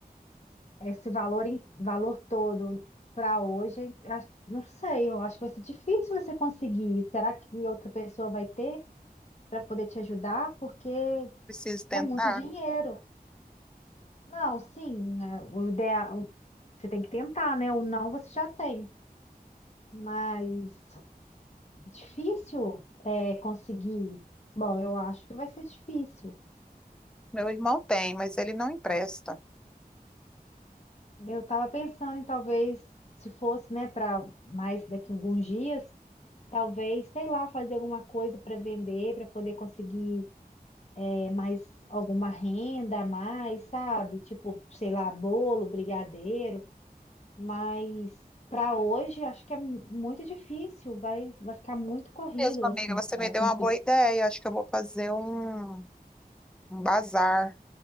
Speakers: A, on the left; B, in the centre.
A: esse valor, em- valor todo para hoje, acho- não sei, eu acho que vai ser difícil você conseguir. Será que outra pessoa vai ter para poder te ajudar? Porque
B: Preciso tentar.
A: é muito dinheiro. Não, sim, né, o ideal, você tem que tentar, né? O não você já tem, mas difícil é conseguir. Bom, eu acho que vai ser difícil.
B: Meu irmão tem, mas ele não empresta.
A: Eu estava pensando em talvez, se fosse, né, para mais daqui a alguns dias, talvez, sei lá, fazer alguma coisa para vender, para poder conseguir é, mais alguma renda a mais, sabe? Tipo, sei lá, bolo, brigadeiro. Mas para hoje, acho que é mu- muito difícil, vai, vai ficar muito corrido
B: Mesmo, amiga,
A: assim
B: você
A: para
B: me deu
A: conseguir.
B: uma boa ideia. Acho que eu vou fazer um, um bazar.